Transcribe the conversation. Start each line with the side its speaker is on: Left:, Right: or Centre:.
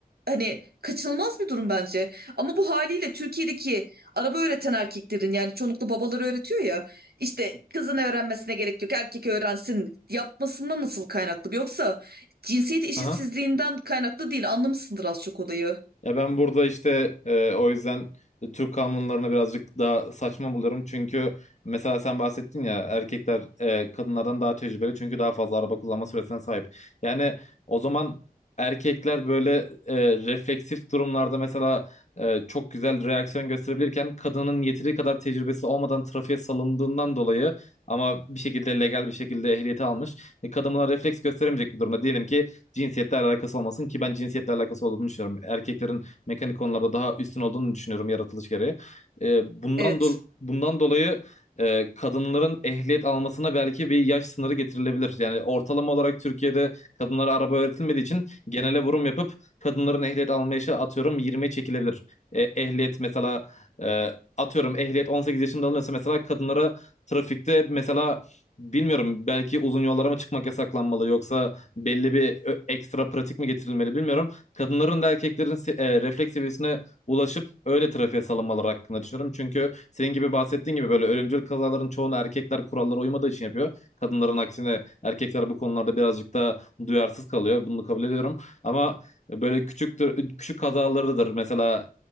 Right: hani kaçınılmaz bir durum bence. Ama bu haliyle Türkiye'deki araba öğreten erkeklerin yani çoğunlukla babaları öğretiyor ya işte kızın öğrenmesine gerek yok erkek öğrensin yapmasından nasıl kaynaklı Yoksa cinsiyet eşitsizliğinden
Left: Aha.
Right: kaynaklı değil anlamışsındır az çok olayı.
Left: Ya ben burada işte e, o yüzden Türk kanunlarına birazcık daha saçma buluyorum. Çünkü mesela sen bahsettin ya erkekler e, kadınlardan daha tecrübeli çünkü daha fazla araba kullanma süresine sahip. Yani o zaman erkekler böyle e, refleksif durumlarda mesela e, çok güzel reaksiyon gösterebilirken kadının yeteri kadar tecrübesi olmadan trafiğe salındığından dolayı ama bir şekilde legal bir şekilde ehliyeti almış. E, kadın buna refleks gösteremeyecek bir durumda. Diyelim ki cinsiyetle alakası olmasın ki ben cinsiyetle alakası olduğunu düşünüyorum. Erkeklerin mekanik konularda daha üstün olduğunu düşünüyorum yaratılış gereği. E, bundan
Right: Evet.
Left: do bundan dolayı e, kadınların ehliyet almasına belki bir yaş sınırı getirilebilir. Yani ortalama olarak Türkiye'de kadınlara araba öğretilmediği için genele vurum yapıp kadınların ehliyet alma yaşı atıyorum 20'ye çekilebilir. E, ehliyet mesela e, atıyorum ehliyet 18 yaşında alınıyorsa mesela kadınlara trafikte mesela bilmiyorum belki uzun yollara mı çıkmak yasaklanmalı yoksa belli bir ekstra pratik mi getirilmeli bilmiyorum. Kadınların da erkeklerin se- e, refleks seviyesine ulaşıp öyle trafiğe salınmaları hakkında düşünüyorum. Çünkü senin gibi bahsettiğin gibi böyle ölümcül kazaların çoğunu erkekler kurallara uymadığı için yapıyor. Kadınların aksine erkekler bu konularda birazcık daha duyarsız kalıyor. Bunu kabul ediyorum. Ama böyle küçüktür, küçük kazalarıdır. Mesela